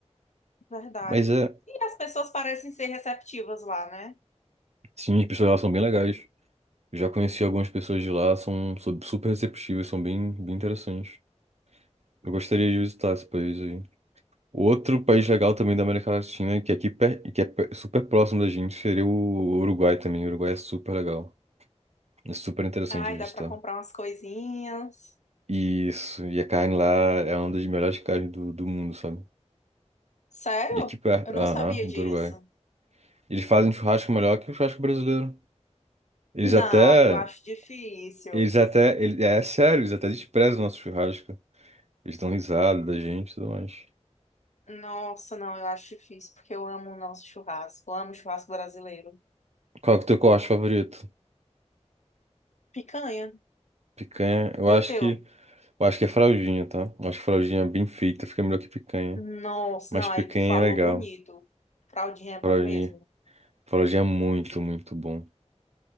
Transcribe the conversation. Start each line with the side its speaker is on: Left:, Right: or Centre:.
Left: verdade.
Right: Mas é,
Left: E as pessoas parecem ser receptivas lá, né?
Right: sim, as pessoas lá são bem legais. Já conheci algumas pessoas de lá, são são super receptivas, são bem, bem interessantes. Eu gostaria de visitar esse país aí. Outro país legal também da América Latina, que é aqui per- que é pe- super próximo da gente, seria o Uruguai também. O Uruguai é super legal. É super interessante
Left: Ai,
Right: de
Left: dá
Right: visitar.
Left: pra comprar umas coisinhas.
Right: Isso, e a carne lá é uma das melhores carnes do, do mundo, sabe?
Left: Sério?
Right: E aqui perto,
Left: Eu não
Right: aham,
Left: sabia disso.
Right: do Uruguai. Eles fazem churrasco melhor que o churrasco brasileiro. Eles
Left: Não,
Right: até,
Left: aí eu acho difícil.
Right: eles até, ele- é sério, eles até desprezam o nosso churrasco. Eles dão risada da gente e tudo mais.
Left: Nossa, não, eu acho difícil, porque eu amo o nosso churrasco. Eu amo o churrasco brasileiro.
Right: Qual que é o teu corte favorito?
Left: Picanha.
Right: Picanha? Eu
Left: E
Right: acho
Left: o teu?
Right: que Eu acho que é fraldinha, tá? Eu acho que fraldinha bem feita fica melhor que picanha.
Left: Nossa,
Right: Mas
Left: não,
Right: picanha
Left: aí tu falou
Right: é legal.
Left: bonito. Fraldinha é
Right: Fraldinha.
Left: bom mesmo.
Right: Fraldinha é muito, muito bom.